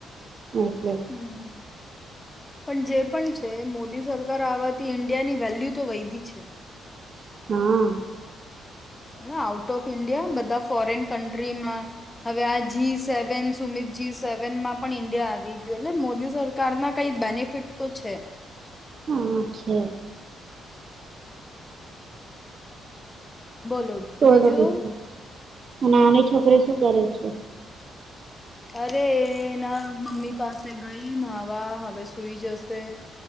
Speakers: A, on the right; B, on the left.
A: એટલે
B: હમ, હમ. પણ જે પણ છે, મોદી સરકાર આવવાથી ઈન્ડિયાની વેલ્યુ તો વૈધી છે.
A: હા.
B: એટલે આઉટ ઓફ ઈન્ડિયા, બધા ફોરેન કન્ટ્રીમાં હવે આ જી-સેવન સુમિત, જી-સેવનમાં પણ ઈન્ડિયા આવી ગયો, એટલે મોદી સરકારના કઈ બેનિફિટ તો છે.
A: હા, છે.
B: બોલો,
A: ઓરડો
B: બીજું.
A: પીછે અને નાની છોકરી શું કરે છે?
B: અરે, એના મમ્મી પાસે ગઈ નાહવા, હવે સુઈ જશે.